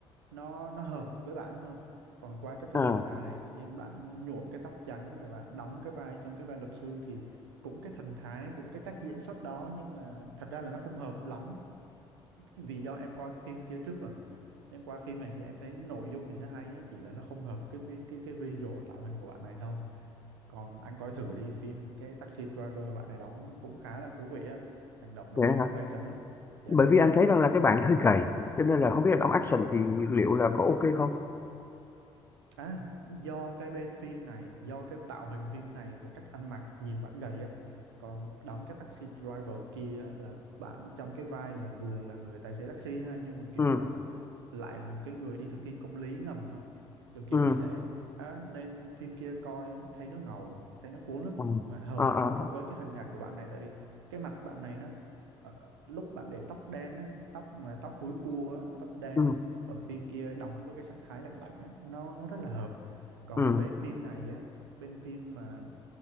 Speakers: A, on the right; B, on the left.
A: nó nó hợp với bạn hơn còn qua cái phim
B: À,
A: Bạch Xà này tự nhiên bạn nhuộm cái tóc trắng rồi bạn đóng cái vai trong cái vai luật sư thì cũng cái thần thái cũng cái cách diễn xuất đó nhưng mà thật ra là nó không hợp lắm vì do em coi cái phim kia trước rồi em qua phim này thì em thấy nội dung thì nó hay á, chỉ là nó không hợp cái vi- cái cái visual tạo hình của bạn này thôi còn anh coi thử đi phim cái Taxi Driver mà bạn này đóng cũng khá là thú vị á hành động nội
B: vậy
A: dung
B: hả?
A: cũng gay cấn lắm dạ
B: Bởi vì anh thấy rằng là cái bạn hơi gầy, cho nên là không biết là đóng action thì liệu là có ok không?
A: à do cái bên phim này do cái tạo hình phim này và cách ăn mặc nhìn bạn gầy á còn đóng cái Taxi Driver kia á, là bạn trong cái vai là vừa là người tài xế taxi ha nhưng mà kiểu
B: Ừ,
A: là lại là một cái người đi thực thi công lý ngầm á kiểu kiểu
B: ừ,
A: như thế Đó, nên phim kia coi thấy nó ngầu thấy nó cuốn lắm
B: ừ,
A: mà hợp
B: à, à,
A: với
B: à,
A: cái với cái hình ảnh của bạn này tại vì cái mặt bạn này nó ờ, lúc bạn để tóc đen á tóc mà tóc húi cua á tóc đen
B: ừ,
A: ở phim kia đóng với cái sắc thái lạnh lạnh á nó nó rất là hợp còn
B: ừ,
A: bên phim này á bên phim mà